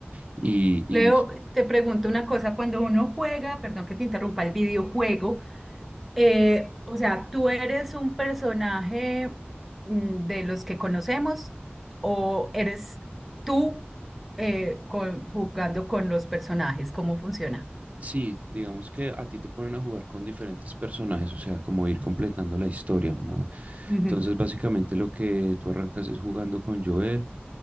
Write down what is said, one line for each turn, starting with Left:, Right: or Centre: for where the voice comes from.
Right: y, y
Centre: Leo, te pregunto una cosa. Cuando uno juega, perdón que te interrumpa, el videojuego, Eh, o sea, ¿tú eres un personaje mm, de los que conocemos o eres tú eh, con- jugando con los personajes? ¿Cómo funciona?
Right: Sí, digamos que a ti te ponen a jugar con diferentes personajes, o sea, como ir completando la historia. ma-
Centre: Ujú.
Right: Entonces, básicamente lo que tú arrancas es jugando con Joel